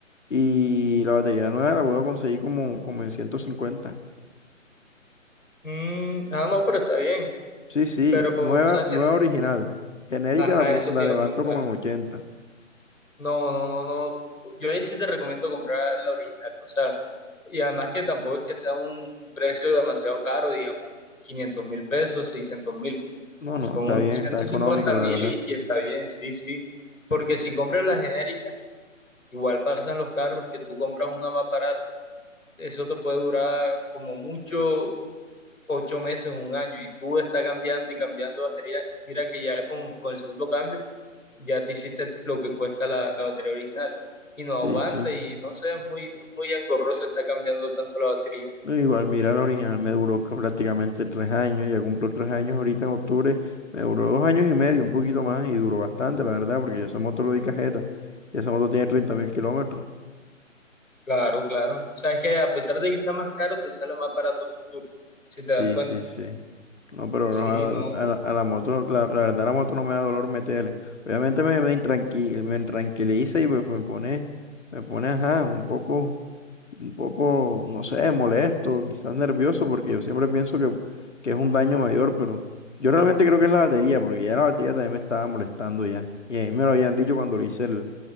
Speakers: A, on the left; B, on the left.
A: Y la batería nueva la puedo conseguir como, como en 150.
B: Mm, ah, no, pero está bien.
A: Sí, sí,
B: Pero,
A: nueva,
B: o sea, siento...
A: nueva original. Genérica
B: Ajá,
A: la, pu-
B: eso te
A: la
B: iba
A: levanto
B: a preguntar.
A: como en 80.
B: No, no, no, no. Yo ahí sí te recomiendo comprar la original. O sea, y además que tampoco es que sea un precio demasiado caro, digamos, quinientos mil pesos, seiscientos mil.
A: No,
B: Son
A: no, está bien,
B: ciento
A: está económica,
B: cincuenta
A: la
B: mil
A: verdad.
B: y, y está bien, sí, sí. Porque si compras la genérica, igual pasan los carros que tú compras una más barata. Eso te puede durar como mucho ocho meses, un año, y tú estás cambiando y cambiando de batería, mira que ya con, con el segundo cambio ya te hiciste lo que cuesta la, la batería original y no
A: Sí,
B: aguanta
A: sí.
B: y no sé, es muy, es muy engorroso estar cambiando tanto la batería.
A: No, Igual, mira, la original me duró ca- prácticamente tres años, ya cumplo tres años ahorita en octubre, me duró dos años y medio, un poquito más, y duró bastante, la verdad, porque ya esa moto lo di cajeta, y esa moto tiene treinta mil kilómetros.
B: Claro, claro. O sea, es que a pesar de que sea más caro, te sale más barato a futuro, si te
A: Sí,
B: das cuenta.
A: sí, sí. No, pero
B: Sí,
A: no, a,
B: no.
A: la, a la- a la moto, la, la verdad, la moto no me da dolor meterle. Obviamente me, me, intranqui- me intranquiliza y pues me pone, me pone, ajá, un poco, un poco, no sé, molesto, quizás nervioso, porque yo siempre pienso que, que es un daño mayor, pero yo realmente creo que es la batería, porque ya la batería también me estaba molestando ya. Y a mí me lo habían dicho cuando le hice el,